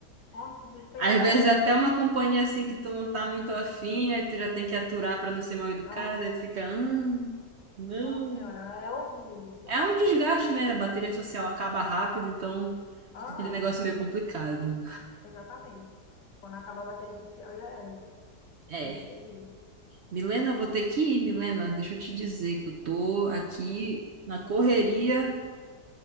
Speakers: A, on the left; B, on the right.
A: nossa, eu fiquei
B: Às
A: em paz.
B: vezes é até uma companhia assim que tu não tá muito afim, aí tu já tem que aturar pra não ser mal educada,
A: Nossa,
B: aí tu fica, hum, não.
A: nossa senhora, é horrível isso.
B: É um desgaste, né? A bateria social acaba rápido, então
A: Aham,
B: fica aquele negócio meio complicado.
A: exatamente. Quando acabar a bateria social, já era,
B: É.
A: né, é terrível.
B: Milena, eu vou ter que ir, Milena. Deixa eu te dizer que eu tô aqui na correria,